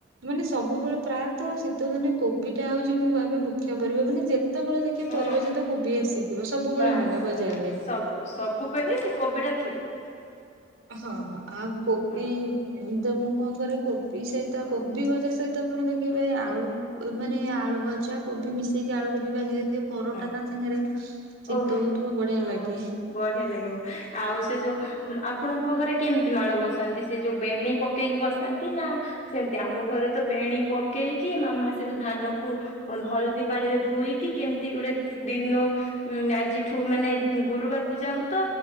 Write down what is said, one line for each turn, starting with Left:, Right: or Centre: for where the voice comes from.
Right: ମାନେ ସବୁବେଳେ ପ୍ରାୟତଃ, ଶୀତଦିନେ କୋବିଟା ହଉଛି ମୁଁ ଭାବେ ମୁଖ୍ୟ ପରିବା। ମାନେ ଯେତ୍ ତ ବେଳେ ଦେଖିବ
Left: ହଁ
Right: ପରିବା ସହିତ କୋବି ଆସିଥିବ। ସବୁବେଳେ
Left: ବାସ୍
Right: ମିଳେ ବଜାରରେ।
Left: ହଁ ସବୁ, ସବୁବେଳେ ସେ କୋବିଟା ଥିବ।
Right: ହଁ, ଆଉ କୋବି
Left: ହଁ
Right: ଏଇତ ମୁଁ କଣ କରେ! କୋବି ସହିତ କୋବି ଭଜା ସହିତ ଆପଣ ଦେଖିବେ ଆଳୁ ମାନେ ଆଳୁ ଭଜା କୋବି ମିଶେଇକି ଆଳୁ କୋବି ଭାଜି ଦେଇଥିବେ। ପରଟା
Left: ହଁ,
Right: ତା ସାଙ୍ଗରେ ଶୀତ
Left: ଓଫ୍
Right: ହଉଥିବ ବଢିଆ
Left: ହଁ,
Right: ଲାଗେ।
Left: ବଢିଆ ଲାଗିବ! ଆଉ, ସେ ଯୋଉ ଆପଣଙ୍କ ଘରେ କେମିତି ମାଳ ବସାନ୍ତି? ସେ ଯୋଉ ବେଣୀ ପକେଇକି ବସାନ୍ତି ନା ସେମିତି, ଆମ ଘରେ ତ ବେଣୀ ପକେଇକି, ମାମା ସେ ଯ ଧାନକୁ ହଳଦୀ ପାଣି ରେ ଧୁଇକି, କେମ୍ ତି ଗୁଟେ ଦିନ ଆଜିଠୁ, ମାନେ ଗୁରୁବାର ପୂଜା ହବୁତ